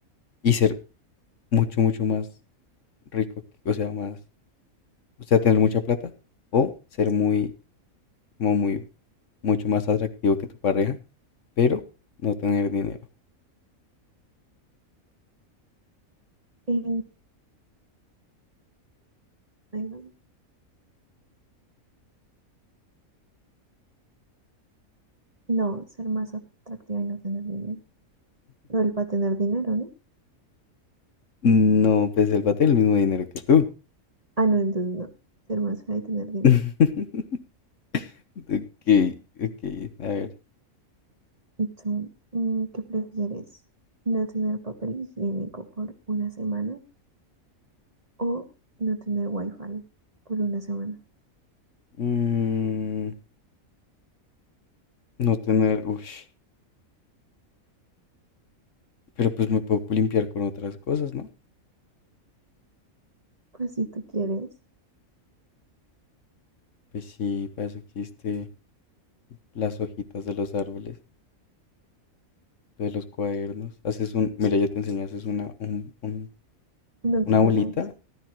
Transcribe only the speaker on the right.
y- ay, no, no, ser más atractiva y no tener dinero. No, él va a tener dinero, ¿no?
Ah, no, entonces no. Ser más fea y tener dinero.
¿Y tú, mm, qué prefieres? ¿No tener papel higiénico por una semana o no tener wifi por una semana?
Pues si tú quieres,
no
quiero
saber.